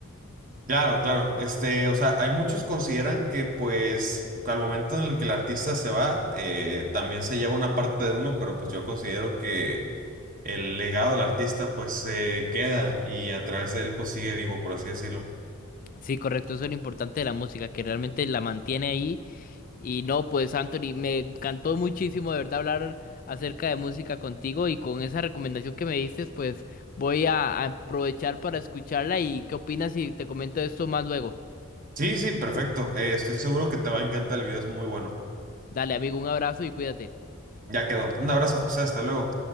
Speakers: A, on the right; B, on the left.
A: Claro, claro. Este, o sea, hay muchos consideran que pues al momento en el que el artista se va, eh, también se lleva una parte de uno, pero pues yo considero que el legado del artista pues se queda y a través de él pues sigue vivo, por así decirlo.
B: Sí, correcto, eso es lo importante de la música, que realmente la mantiene ahí. Y no, pues Anthony, me encantó muchísimo de verdad hablar acerca de música contigo y con esa recomendación que me diste, pues voy a, a aprovechar para escucharla y qué opinas si te comento esto más luego.
A: Sí, sí, perfecto. Eh, estoy seguro que te va a encantar el video, es muy bueno.
B: Dale, amigo, un abrazo y cuídate.
A: Ya quedó. Un abrazo, José, hasta luego.